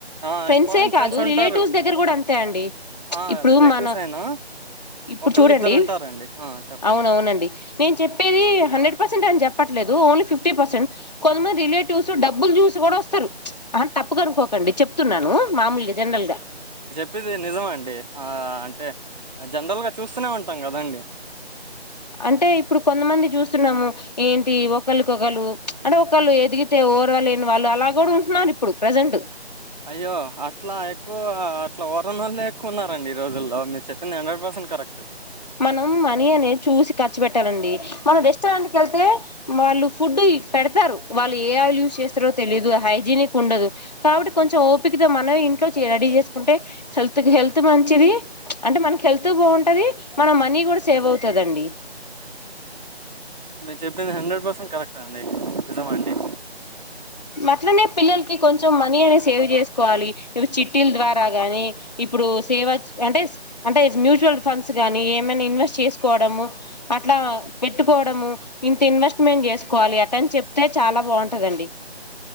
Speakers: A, on the right (about 40°); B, on the left (about 40°).
A: ఆ
B: ఫ్రెండ్సే
A: ఇంపార్టెంట్
B: కాదు
A: ఫ్రెండ్స్ ఉంటారు.
B: రిలేటివ్స్ దగ్గర కూడా తే అండి
A: ఆ
B: ఇప్పుడు
A: రిలేటివ్స్
B: మన
A: అయినా
B: ఇప్పుడు
A: ఒకళ్ళిద్దరు
B: చూడండి
A: ఉంటారండి. ఆ చెప్పండి.
B: అవునవునండి నేను చెప్పేది హండ్రెడ్ పర్సెంట్ అని చెప్పట్లేదు ఓన్లీ ఫిఫ్ ఫిఫ్టీ పర్సెంట్ కొంతమంది రిలేటివ్స్ డబ్బులు చూసి కూడా వస్తారు ఆ తప్పగా అనుకోకండి చెప్తున్నాను మామూలుగా జనరల్ గా
A: ప్పేది నిజం అండి ఆ అంటే జనరల్ గా చూస్తూనే ఉంటాం కదాండి
B: అంటే ఇప్పుడు కొంతమంది చూస్తున్నాము ఏంటి ఒకలకి ఒకరు అంటే ఒకళ్ళు ఎదిగితే ఓరవ లేని వాళ్ళు అలా కూడా ఉంటున్నారు ఇప్పుడు ప్రజెంట్
A: అయ్యో అట్లా ఎక్కువ అట్లా ఓర్వనోలె ఎక్కువ ఉన్నారండి ఈ రోజుల్లో మీరు చెప్పింది హండ్రెడ్ పర్సెంట్ కరెక్ట్
B: మనం మనీ అనే చూసి ఖర్చు పెట్టాలండి మన రెస్టారెంట్కి ఏళ్తే వాళ్ళు ఫుడ్ పెడతారు వాళ్ళు ఏ ఆయిల్ యూస్ చేస్తారో తెలీదు హైజీనిక్ ఉండదు కాట్టి కొంచెం ఓ పికతో మనమే ఇంట్లో రడీ చేసు కంటే హెల్త్కు హెల్త్ మంచి మంచిది అంటే మనకి హెల్త్ బాగుంటది మన మనీ కూడా సేవ్ అవుతుందండి
A: మీరు చెప్పింది హండ్రెడ్ పర్సెంట్ కరెక్ట్ అండి నిజం అండి
B: అట్లనే పిల్లలకి కొంచెం మనీ అనే సేవ్ చేసుకోవాలి ఇ చిట్టీల ద్వారా గానీ ఇప్పుడు సేవ్ అంటే అంటే మ్యూచువల్ ఫండ్స్ గానీ ఏమైనా ఇన్వెస్ట్ చేసుకోవడము అట్లా పెట్టుకోవడము ఇంత ఇన్వెస్ట్మెంట్ చేసుకోవాలి అట్లని చెప్తే చాలా బాగుంటదండి